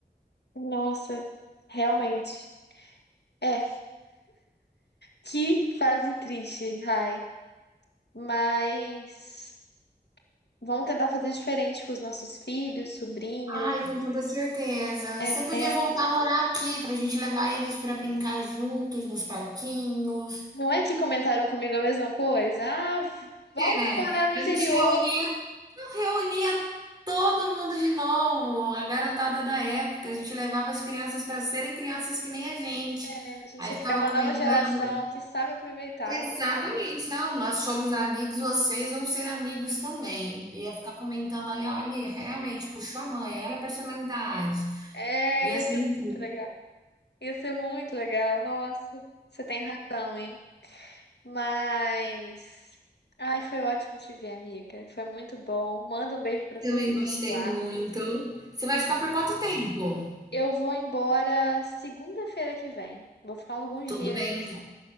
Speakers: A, on the left; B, on the right.
A: nossa, realmente. É, que fase triste, Rai. Mas vamos tentar fazer diferente com os nossos filhos, sobrinhos.
B: Ai, com toda certeza.
A: É,
B: Você podia
A: né?
B: voltar a morar aqui pra gente levar eles pra brincar juntos nos parquinhos.
A: Não é que comentaram comigo a mesma coisa? Ah, volta
B: É,
A: a morar no interior.
B: a gente reunia, não, reunia todo mundo de novo, a garotada da época. A gente levava as crianças pra serem crianças que nem a gente.
A: É, A gente
B: Aí
A: ia
B: ficava
A: criar uma
B: comentando.
A: nova geração que sabe aproveitar
B: Exatamente,
A: as brincadeiras.
B: não, nós somos amigos, vocês vão ser amigos também. Ia ficar comentando ali, olha, realmente puxou a mãe, olha a personalidade.
A: É,
B: E assim,
A: ia ser muito legal. Ia ser muito legal. Nossa, você tem razão, hein? Mas. Ai, foi ótimo te ver, amiga. Foi muito bom. Manda um beijo pra
B: Também
A: todo
B: gostei
A: mundo lá.
B: muito. Você vai ficar por quanto tempo?
A: Eu vou embora segunda-feira que vem. Vou ficar alguns
B: Tudo
A: dias
B: bem, então.
A: ainda.